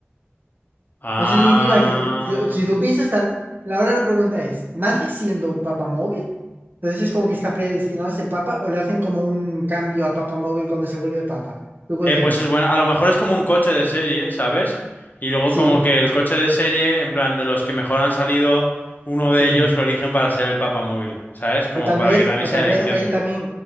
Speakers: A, on the left; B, on the right.
A: Ah.
B: Eso significa que si si tú piensas estar, la hora de la pregunta es, ¿nace siendo un papa móvil? Entonces es como que está predestinado a ser papa o le hacen como un cambio a papa móvil cuando se vuelve papa. ¿Tú cuál
A: Eh,
B: crees?
A: pues es bueno. A lo mejor es como un coche de serie, ¿sabes? Y luego
B: Sí,
A: como que el coche de serie, en plan de los que mejor han salido, uno
B: sí.
A: de ellos lo eligen para ser el papamóvil, ¿sabes? Como
B: O tal
A: para
B: vez,
A: que también
B: o
A: sea
B: tal
A: elección.
B: vez ahí también,